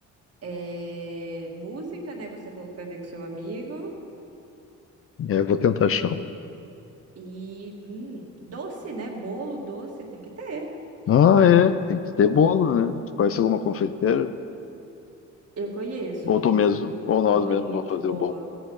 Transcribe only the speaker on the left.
E aí eu vou tentar achar um.
Ah, é, tem que ter bolo, né? Tu conhece alguma confeiteira?
Ou
tu mesmo, ou
nós mesmos
vamos fazer
o bolo.